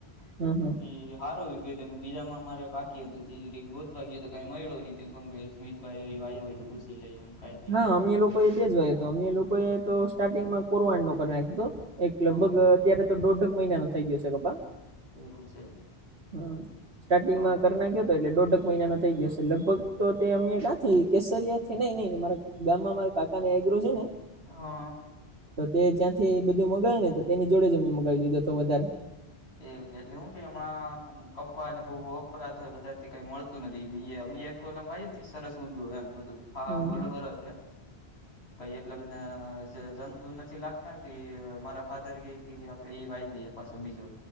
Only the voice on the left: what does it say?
એ હારો ગયો ત બીજામાં મારે બાકી હતું ગોતવા ગયો તો કઈ મળ્યો નહી ત હું ગમ ગઈશ મિત ભાઈ એ વાયુ હોય તો પૂછ ઇલે એમ કઈ
હા
હા
એવુ છે.
હા
હા
એમ એટલે હું કે હમણાં કપ્પાને બહુ બ વપરાતો હોય વધારથી કઈ મળતું નથી બી અ એક લંબાઈ તો સરસ ઉગય એમ બધું હા
બોલું વરે છે. કંઈ એટલા બધા જ જંતુ નથી લાગતા તયે મારા ફાધર કેય કે કે ઈ વાઈ દઈએ પાછો બીજો